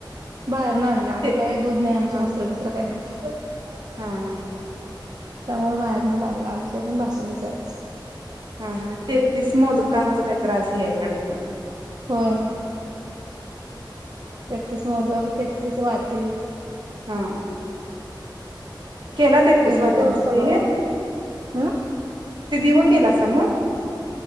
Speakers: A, on the right; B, on the right.
A: बाहेर न आणल्या आणि
B: ते
A: काय दूध नाही आमचे
B: हा
A: म्हसर
B: हा
A: बीसर काही नाही <inaudible>
B: हा हा
A: त्यामुळे बाहेर न च अनल आमच्या पण बासुंदी च आहे आज
B: हा हा तेहतीस मोदकांच काही तर आज ही आहे वाटत
A: होय तेतीस मोदक तेतीस वाती
B: ह केला तेतीस
A: केलोय
B: वाट्यांचं
A: तेवढं सगळं
B: ते हे
A: हम्
B: ते दिव केलासा मग